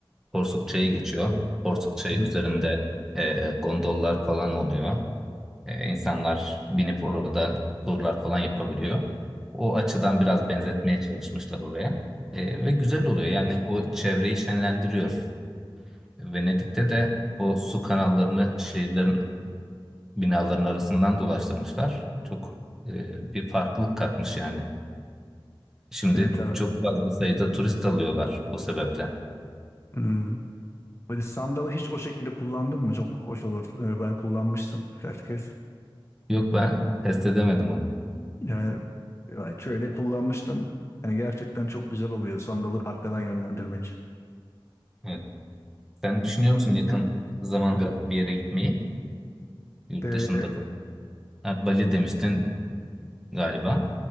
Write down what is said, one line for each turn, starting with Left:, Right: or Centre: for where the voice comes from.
Centre: Porsuk Çayı geçiyor. Porsuk Çayı
Left: Hı hı.
Centre: üzerinde e, gondollar falan oluyor. Ee, insanlar binip orada turlar falan yapabiliyor. O açıdan biraz benzetmeye çalışmışlar oraya. Ee, ve güzel oluyor. Yani o çevreyi şenlendiriyor. Venedik'te de o su kanallarını şehirlerin binaların arasından dolaştırmışlar. Çok e, bir farklılık katmış yani. Şimdi
Left: Evet abi.
Centre: çok fazla sayıda turist alıyorlar o sebeple.
Left: Hmm, Böyle sandalı hiç o şekilde kullandın mı? Çok hoş olur. Ee, Ben kullanmıştım birkaç kez.
Centre: Yok ben test edemedim onu.
Left: Yani, yani köyde kullanmıştım. Hani gerçekten çok güzel oluyor sandalı arkadan yönlendirmek.
Centre: Evet. Sen düşünüyor musun yakın zamanda bir yere gitmeyi? Yurt
Left: De,
Centre: dışında. falan? Ha, Bali demiştin galiba.